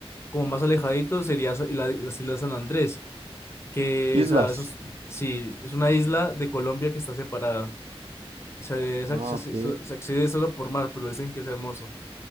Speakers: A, on the left; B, on the right.
A: como más alejadito, sería sa- la, las Islas San Andrés. que,
B: Islas.
A: o sea, eso es- sí, es una isla de Colombia que está separada. Se, es
B: Ah,
A: accesi-
B: ok.
A: so- se accede solo por mar, pero dicen que es hermoso.